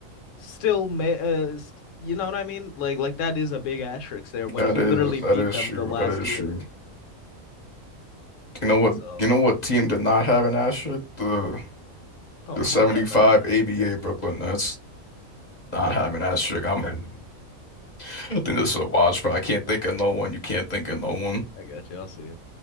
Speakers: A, on the left; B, on the left.
A: still, ma uh, st you know what I mean? Like, like that is a big asterisk there when
B: That
A: he
B: is
A: literally beat
B: that is
A: them
B: true.
A: the last
B: That is
A: year.
B: true. You know what?
A: Also,
B: You know what team did not have an asterisk? The
A: oh,
B: the 75
A: hold that thought. I
B: ABA
A: think uh,
B: Brooklyn Nets not having an asterisk. I'm I think this is a wash, but I can't think of no one. You can't think of no one.
A: I got you. I'll see you.